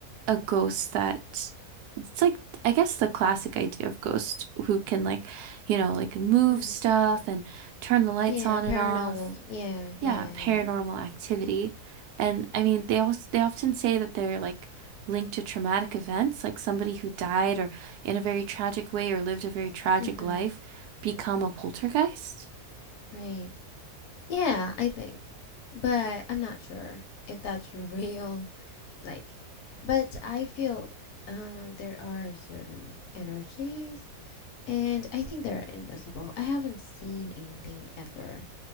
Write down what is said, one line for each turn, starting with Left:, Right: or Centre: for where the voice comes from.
Right: a ghost that it's like I guess the classic idea of ghost who can like, you know, like move
Left: hmm
Right: stuff and turn the lights
Left: Yeah,
Right: on
Left: paranormal.
Right: and off.
Left: Yeah,
Right: Yeah,
Left: yeah,
Right: paranormal
Left: yeah.
Right: activity. And I mean, they also they often say that they're like linked to traumatic events, like somebody who died or in a very tragic way or lived a very tragic
Left: hmm
Right: life become a poltergeist.
Left: Right. Yeah, I think. But I'm not sure if that's <laughs> real. Like, but I feel um there are certain energies and I think they're invisible. I haven't seen anything ever.